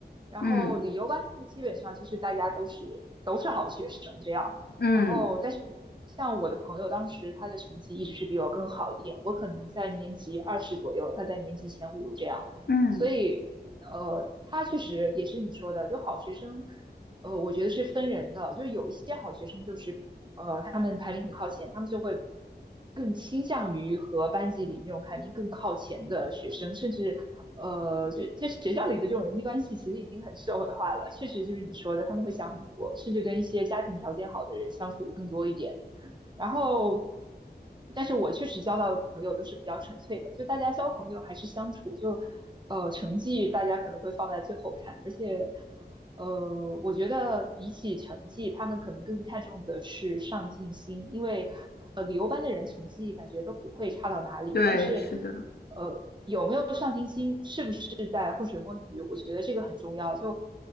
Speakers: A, on the right; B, on the left.
A: 然后理优班它基本上就是大家都是都是好学生这样，
B: 嗯嗯。
A: 然后但是像我的朋友当时他的成绩一直是比我更好一点，我可能在年级二十左右，他在年级前五这样，
B: 嗯，
A: 所以，呃，他确实也是你说的，就好学生。呃，我觉得是分人的，就是有一些好学生就是，呃，他们排名很靠前，他们就会更倾向于和班级里那种排名更靠前的学生，甚至，呃，就就学校里的这种人际关系其实已经很社会化了，确实就是你说的，他们会想很多，甚至跟一些家庭条件好的人相处的更多一点。然后，但是我确实交到的朋友都是比较纯粹的，就大家交朋友还是相处，就呃成绩大家可能会放在最后看，而且呃我觉得比起成绩，他们可能更看重的是上进心，因为呃旅游班的人成绩感觉都不会差到哪里，
B: 对，
A: 但是
B: 是的，
A: 呃有没有上进心，是不是？是在浑水摸鱼，我觉得这个很重要。就